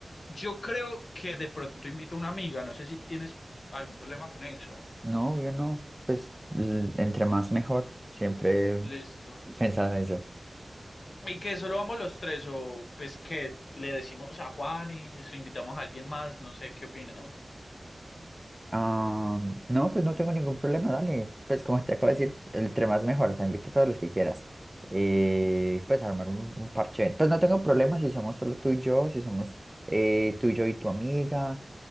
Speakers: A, on the left; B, on the right.
A: Yo creo que de pronto invito a una amiga, no sé si tienes algún problema con eso.
B: No, yo no. Pues, l- entre más mejor. Siempre
A: Listo.
B: he pensado eso.
A: ¿Y que solo vamos los tres? ¿O pues que le decimos a Juanes o invitamos a alguien más? No sé, ¿qué opinas?
B: Ah, no, pues no tengo ningún problema, dale. Pues como te acabo de decir, entre más mejor, o sea, invita a todos los que quieras. Eh, pues armar un, un parche. Pues no tengo problema si somos solo tú y yo, si somos eh, tú y yo y tu amiga,